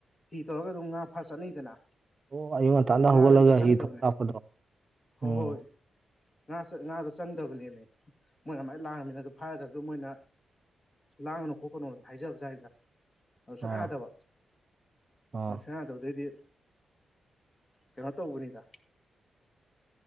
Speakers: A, on the left; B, on the right.
A: ꯍꯤ ꯇꯧꯔꯒ ꯑꯗꯨꯝ ꯉꯥ ꯐꯥ ꯆꯠꯅꯩꯗꯅ
B: ꯑꯣ ꯑꯌꯨꯛ ꯉꯇꯥꯟꯅ
A: ꯑꯗꯣ ꯉꯥꯗ
B: ꯍꯧꯒꯠꯂꯒ
A: ꯆꯪꯗꯕꯅꯦ
B: ꯍꯤ ꯊꯣꯡ ꯂꯥꯛꯄꯗꯣ
A: ꯍꯣꯢ
B: ꯎꯝ
A: ꯍꯣꯏ ꯉꯥ ꯉꯥꯗꯣ ꯆꯪꯗꯕꯅꯦꯃꯤ ꯃꯣꯏꯅ ꯑꯃꯥꯏ ꯂꯥꯡꯉꯝꯅꯤꯅ ꯑꯗꯨ ꯐꯥꯌꯗꯕꯗꯨ ꯃꯣꯏꯅ ꯂꯥꯡꯒꯅꯨ ꯈꯣꯠꯀꯅꯣꯗꯨ ꯍꯥꯏꯖꯕꯖꯥꯠꯅꯤꯗ ꯑꯗꯨ ꯁꯨꯡ
B: ꯑꯥ
A: ꯌꯥꯗꯕ
B: ꯑꯥ
A: ꯑ ꯁꯨꯡ ꯌꯥ ꯌꯥꯗꯕꯗꯩꯗꯤ ꯀꯩꯅꯣ ꯇꯧꯕꯅꯤꯗ